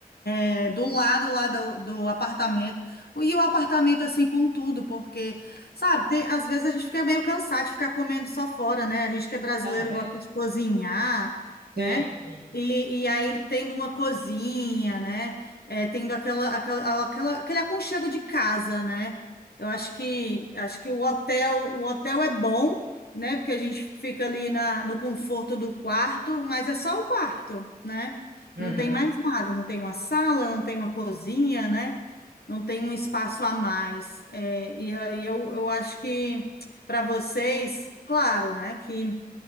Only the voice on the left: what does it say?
é, do lado lá do, do apartamento. E o apartamento assim com tudo, porque, sabe, tem- às vezes a gente fica meio cansado de ficar comendo só fora, né? A gente que é brasileiro
gosta de cozinhar, né?
E, e aí tendo uma cozinha, né? É, tendo aquela, aquela, aquela, aquele aconchego de casa, né? Eu acho que acho que o hotel, o hotel é bom, né? Porque a gente fica ali na, no conforto do quarto, mas é só o quarto, né?
Não tem mais nada, não tem uma sala, não tem uma cozinha, né? Não tem um espaço a mais. É, e aí eu, eu acho que para vocês, claro, né? Que